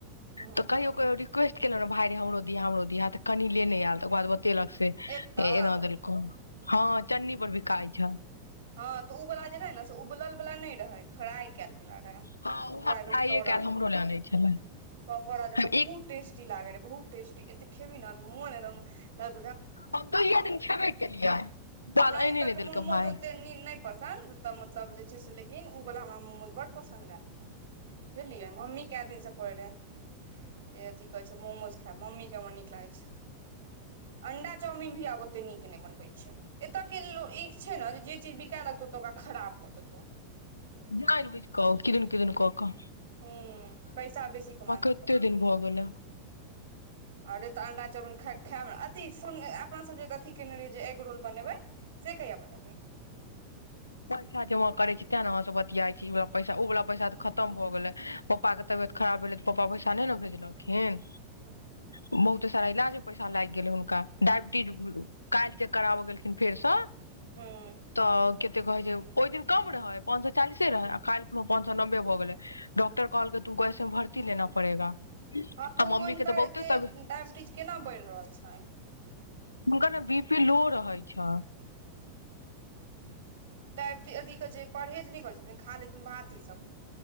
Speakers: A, on the right; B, on the left.
A: हँ
B: तऽ कहिओ कहिओ रि रिक्वेस्टेलहुँ ने भइ हमरो दिया हमो दिया त कनी लेने आयल तकर बाद केलक से
A: एतऽ
B: हे एना देलको। हँ चन्नी पर भी खाइ छ
A: हँ तऽ ओ वला जे रहे ने से उबलल वला नहि रहे फ्राई कयल रहे
B: हँ उएह
A: पूरा
B: फ्राइए
A: एकदम तरल
B: कयल हमरो लए आनै छलै
A: पकोड़ा जक
B: हम
A: बहुत
B: एक
A: टेस्टी लागे रहे बहुत टेस्टी त एते खेभी न मोन एकदम लग
B: हम त दूइये दिन खेबे केलिय है तकर
A: हमरा
B: बाद एने
A: एतय
B: ने
A: के
B: देलकै
A: मोमोज
B: भाय।
A: ओते नहि पसन्द त मतलब जे छै से लेकिन ओ बला मोमोस बड़ पसन्द आयल रहे। बुझलिये मम्मी केएदिन स कहै रहे जे की कहै छै मोमोस खायब मम्मी के हमर निक लागै छै। अंडा चाउमिन भी आब ओते निक नहि बनबै छै। एत के लोक इ छै ने जे चीज बिका लगतौ तो ओकरा खराब कऽ देतौ।
B: जाइ भुझि क किदन किदन क क।
A: ह पैसा बेसी कमाय ह
B: कते दिन भऽ गेलै
A: अरे तऽ अंडा चाउमीन खाय खायब न। अथी सुन अपना सब जे अथी केने रहियै जे एग रोल बनेबै से कहिया बनेभी?
B: पैसा जमा करै छै तें ने अहाँ सब बतियाइ छी इ बला पैसा ओ वला पैसा तऽ खतम भऽ गेलै पप्पा के तबियत खराब भेलै तऽ पप्पा पैसा नहि ने भेजलखिन।
A: हूँ
B: बहुते सारा इलाज में पैसा लागि गेलै हुनका डायबिटीज काल्हि चेक कराब गेलखिन फेरसँ
A: हूँ
B: तऽ कहे छै ओहि दिन कम रहे पांच सए चालीसे रहे आ काल्हि कोनो पांच सए नबे भ गेले डक्टर कहलकै तुमको ऐसे मे भर्ती लेना पड़ेगा।
A: हँ तऽ
B: आ मम्मी
A: ओ हुनकर
B: के बहुते
A: एतेक
B: तब
A: डाायबिटीज केना बढ़ि रहल छन्हि?
B: हुनका ने बी पी लो रहै छै।
A: डायबटी अथिके जे परहेज नहि करैत छथिन खा ले छथिन भात ईसभ।